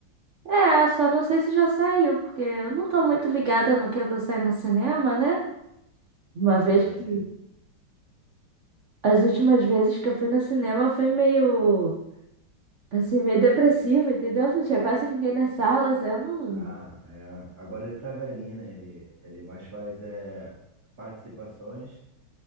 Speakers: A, on the right; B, on the right.
A: É, só não sei se já saiu, porque eu não tô muito ligada no que anda saindo no cinema, né? Uma vez
B: Ah, deve
A: que.
B: ser.
A: As últimas vezes que eu fui no cinema foi meio. Assim, meio depressivo, entendeu? Não tinha quase ninguém nas salas, eu não.
B: Ah, é. Agora ele tá velhinho, né? Ele, ele mais faz é, participações